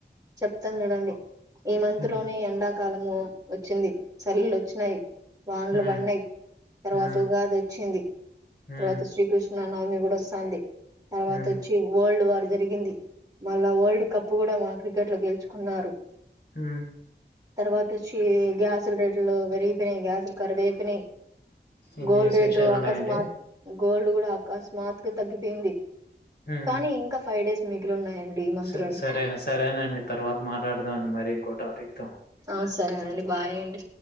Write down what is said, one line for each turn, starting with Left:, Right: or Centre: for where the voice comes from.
Right: చెప్తాను చూడండి ఈ మంత్
Left: హ్మ్.
Right: లోనే ఎండాకాలము వచ్చింది. చలులు వచ్చినాయి వానలు
Left: హ్మ్.
Right: పడినాయి తర్వాత
Left: హ్మ్.
Right: ఉగాది వచ్చింది
Left: హ్మ్.
Right: తర్వాత శ్రీకృష్ న నవమి కూడా వస్తాంది తర్వాత
Left: హ్మ్.
Right: వచ్చి వరల్డ్ వార్ జర్ రిగింది మళ్ళా వరల్డ్ కప్ గూడ మొన్న క్రికెట్ లో గెలుచుకున్నారు.
Left: హ్మ్.
Right: తర్వాత వచ్చి గ్యాసు లు రేట్ లు పెరిగ్ పోయినై గ్యాసులు కరువై పోయినై
Left: ఇన్ని
Right: గోల్డ్
Left: విశేషాలు
Right: రేటు
Left: ఉన్నాయండి.
Right: అకస్మాత్ గోల్డ్ గూడ అకస్మాత్ గా తగ్గిపోయింది
Left: హ్మ్.
Right: కానీ ఇంకా ఫైవ్ డేస్ మిగిలిన్నాయండ్ డి ఈ మంత్
Left: స
Right: లోనే
Left: సరేన సరేనండి తర్వాత మాట్లాడదామండి మరి ఇంకో టాపిక్ తో
Right: ఆ సరేనండి బాయ్ అండి.